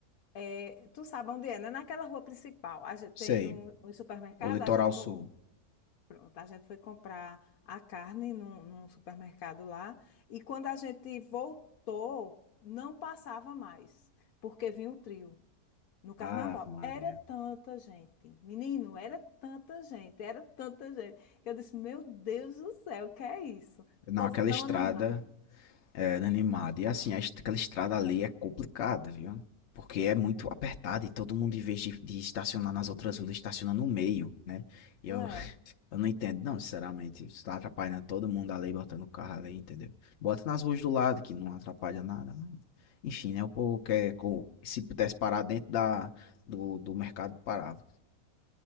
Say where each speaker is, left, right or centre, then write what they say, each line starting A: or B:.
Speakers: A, on the left (about 75°); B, on the left (about 60°).
A: eh, tu sabe onde é, né? Naquela rua principal. A gente tem
B: Sei,
A: um, um supermercado,
B: o litoral
A: a gente, co-
B: sul.
A: pronto, a gente foi comprar a carne num, num supermercado lá. E quando a gente voltou, não passava mais, porque vinha o trio. No carnaval.
B: Ave Maria.
A: Era tanta gente. Menino, era tanta gente, era tanta gente. Que eu disse, meu Deus do céu, o que é isso?
B: Não,
A: O povo
B: aquela
A: tão
B: estrada.
A: animado.
B: Era animado. E assim, a est- aquela estrada ali é complicada, viu? Porque é muito apertada e todo mundo, em vez de, de estacionar nas outras ruas, estaciona no meio, né? E
A: Não
B: eu,
A: é
B: <laughs> eu não entendo, não, sinceramente. Isso tá atrapalhando todo mundo ali, botando o carro ali, entendeu? Bota nas ruas do lado, que não atrapalha nada. não. Enfim, né? O povo quer. co- Se pudesse parar dentro da, do, do mercado, parava.